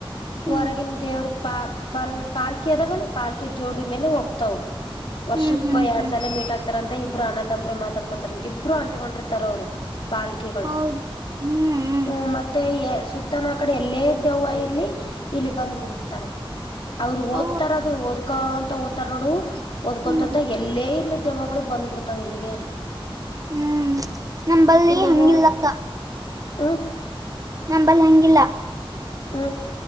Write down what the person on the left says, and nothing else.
ಹೊರಗಿನ ದೇವ್ರ ಪಾ ಪಾಲ್ ಪಾಲ್ಕಿ ಅದಾವ ನ ಪಾಲ್ಕಿ ಜೋಡಿ ಮೇಲೆ ಹೋಗ್ತಾವ ವರ್ಷಕ್ಕೂ
ಎರಡ್
ಸಾಲ ಮೀಟ್ ಆಗ್ತಾರಂತ ಇಬ್ಬರು ಅಣ್ಣ ತಂಬರು ಮಾತಾಡ್ಕೊಂತಾರಂತ ಇಬ್ರು ಅಂಟಕೊಂಡಿರ್ತಾರ ಅವ್ರು ಬಾಲ್ಕೆಗಳು
<unintelligible> ಮತ್ ಮತ್ತೆ ಸುತ್ತನ ಕಡೆ ಎಲ್ಲೇ ದೆವ್ವ ಇರ್ಲಿ ಇಲ್ಲಿ ಬಂದ್ ಬಿುಡಸ್ತಾರ ಅವರು ಓದ್ತಾರ
ಅದು ಓದ್ಕೊಂತ ಓದ್ತಾರ ನೋಡು ಓದ್ಕೊಂತದ್ದ
ಎಲ್ಲೇ ಇರ್ಲಿ ದವ್ಳು ಬಂದ್ಬಿಡ್ತಾವ್ ಇಲ್ಲಿಗೆ
ಇಲ್ಲಿಗ
ಹ್ಮ
<unintelligible>